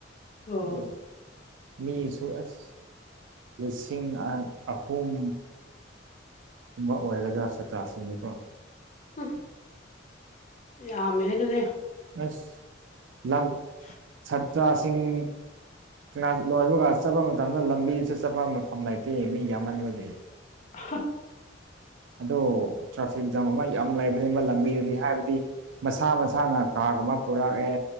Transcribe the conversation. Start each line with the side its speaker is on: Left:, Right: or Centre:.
Left: ꯑꯣ
Right: ꯑꯗꫭ ꯃꯤꯁꯨ ꯑꯁ ꯂꯤꯁꯤꯡ ꯑꯥ-ꯑꯍꯨꯝ ꯎꯝꯕ ꯑꯣꯏꯔꯒ ꯁꯥꯇꯥ꯭ꯔꯁꯤꯡꯅꯤꯀꯣ
Left: ꯎꯝ ꯌꯥꯝꯃꯦꯍꯦ ꯑꯗꯨꯗꯤ
Right: ꯑꯁ ꯂꯝ
Left: <inaudible>
Right: ꯁꯠꯇ꯭ꯔꯥꯁꯤꯡ ꯂꯟꯇꯣꯏꯕꯒ ꯆꯠꯄ ꯃꯇꯝꯗ ꯂꯝꯕꯤꯗ ꯆꯠꯐꯝ ꯃꯐꯝ ꯂꯩꯇꯦ ꯃꯤ ꯌꯥꯝꯃꯟꯕꯒꯤ
Left: ꯑꯍꯥ
Right: ꯑꯗꯣ ꯇ꯭ꯔꯥꯐꯤꯛ ꯖꯥꯝ ꯑꯃ ꯌꯥꯝ ꯂꯩꯕꯅꯦꯕ ꯂꯝꯕꯤꯗꯗꯤ ꯍꯥꯏꯕꯗꯤ ꯃꯁꯥ-ꯃꯁꯥꯅ ꯀꯥꯔꯒꯨꯝꯕ ꯄꯨꯔꯛꯑꯦ